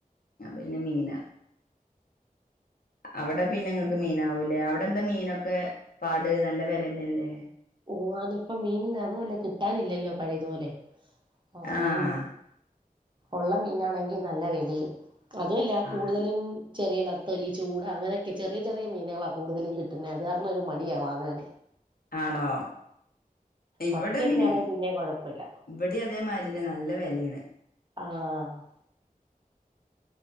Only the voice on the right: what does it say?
പോവാൻ ഇപ്പ മീൻ അതുമല്ല കിട്ടാനില്ലല്ലോ പഴയതുപോലെ ആ
മീൻ ഉള്ള മീനാണെങ്കി നല്ല വേലയും അതുമല്ല
കൂടുതലും ചെറിയ നത്തൊലി ചൂട് അങ്ങനെയൊക്കെ ചെറിയ ചെറിയ മീനുകളാ കൂടുതലും കിട്ടണുന്നത് അത് കാരണം ഒരു മടിയാ വാങ്ങാൻ
മത്തിയൊക്കെയാണെ
പിന്നെ കുഴപ്പമില്ല
ആഹ